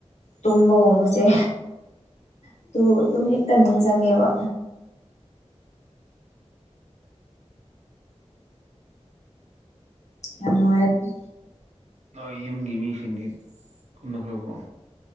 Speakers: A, on the left; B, on the right.
A: ꯇꯨꯝꯕꯒꯨꯝꯕꯁꯦ ꯑꯗꯨ ꯑꯗꯨꯝ ꯍꯦꯛꯇ ꯅꯤꯡꯁꯤꯡꯪꯉꯦꯕ ꯌꯥꯝꯅꯅꯨꯡꯥꯏ
B: ꯍꯣꯏ ꯌꯨꯝꯒꯤ ꯃꯤꯁꯤꯡꯗꯤ ꯀꯅꯈ꯭ꯔꯕ꯭ꯔꯣ